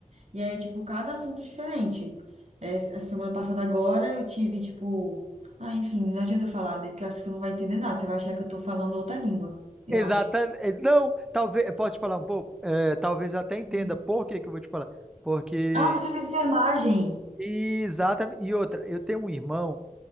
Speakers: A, on the right (about 50°); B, in the centre.
A: E aí, tipo, cada assunto diferente. É, a semana passada agora eu tive, tipo. Ah, enfim, não adianta eu falar, né? Porque eu acho que você não vai entender nada. Você vai achar que eu tô falando outra língua, eu
B: Exatamente.
A: acho.
B: Não, talvez, posso te falar um pouco? É, talvez eu até entenda
A: Uhum.
B: por que que eu vou te falar. Porque,
A: Ah, porque você fez enfermagem!
B: exatamente. E outra, eu tenho um irmão